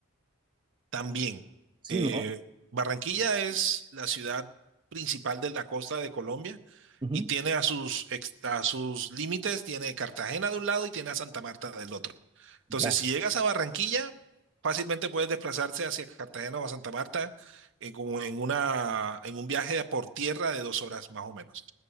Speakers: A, on the right; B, on the right.
A: También,
B: Sí,
A: eh,
B: ¿no?
A: Barranquilla es la ciudad principal de la costa de Colombia
B: Ujú.
A: y tiene a sus, ex- a sus límites, tiene Cartagena de un lado y tiene a Santa Marta del otro. Entonces,
B: Ya.
A: si llegas a Barranquilla, fácilmente puedes desplazarse hacia Cartagena o a Santa Marta en, como en, una, en un viaje por tierra de dos horas más o menos.